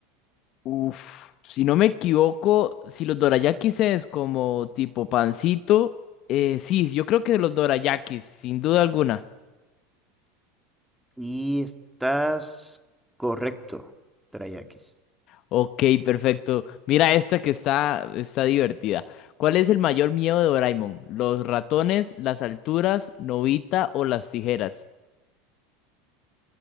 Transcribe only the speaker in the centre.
Y estás correcto, Dorayakis.